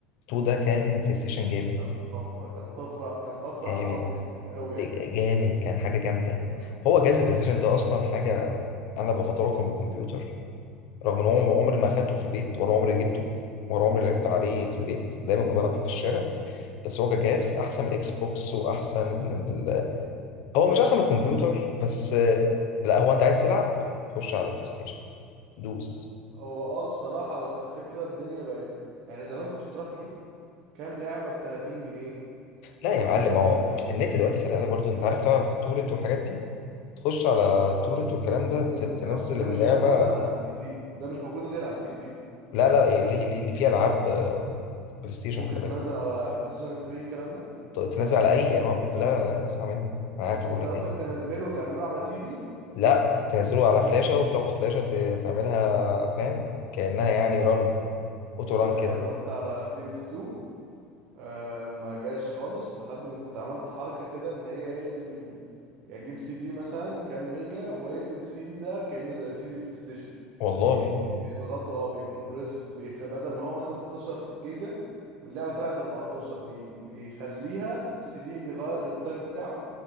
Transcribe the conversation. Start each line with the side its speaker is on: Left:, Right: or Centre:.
Left: 2 ده كان بلاي ستيشن جامد
Right: كان طفرة كان طفرة كان طفرة
Left: جامد
Right: عن 1 بكتير قوي يعني
Left: جامد كان حاجة جامدة
Right: اه
Left: هو جهاز البلايستيشن
Right: دي حقيقة
Left: ده أصلا حاجة أنا بفضله أكتر من الكمبيوتر رغم إن هو عمري ما أخدته في البيت ولا عمري جبته ولا عمري لعبت عليه
Right: مم.
Left: في البيت دايما كنت بلعب في الشارع بس هو كجهاز أحسن من الإكس بوكس وأحسن من ال... هو مش أحسن من الكمبيوتر بس لا هو أنت عايز تلعب خش على بلاي ستيشن دوس
Right: هو اه الصراحة بس الفكرة الدنيا بقت يعني زمان كنت بتروح تجيب كام لعبة ب 30 جنيه ب
Left: لا يا
Right: 25
Left: معلم هو
Right: جنيه
Left: النت دلوقتي خلي بالك برضه أنت عارف تعرف التورنت والحاجات دي تخش على التورنت والكلام ده ت-
Right: بالظبط
Left: تنزل
Right: ده
Left: اللعبة
Right: مش موجود على البي سي ده مش موجود غير على البي سي
Left: لا لا إيه، ليه ليه ليه فيها العاب آه، بلاي ستيشن
Right: ممكن
Left: خلي بالك
Right: تنزل على بلاي ستيشن 3 الكلام ده
Left: ت- تنزل
Right: لا
Left: على اي انواع بلاي... لا لا لا اسمع مني انا عارف بقول
Right: انت
Left: لك
Right: قصدك
Left: ايه
Right: تنزله وتعمله على سي دي
Left: لا تنزله على فلاشه وتاخد فلاشه ت- تعملها فاهم كانها يعني رن اوتو رن
Right: انا
Left: كده
Right: جربت على بي اس 2 أه ما جاش خالص لحد ما كنت عملت حركة كده ان هي يقلب ال... يعني اجيب سي دي مثلا كام ميجا ويقلب السي دي ده كأنه زي سي دي بلاي ستيشن
Left: والله
Right: بي... بيضغطوا اه بيكمبرس بيخ... بدل ما هو مثلا 16 جيجا واللعبة طلعت 14 بي... بيخليها السي دي بيغير التايب بتاعه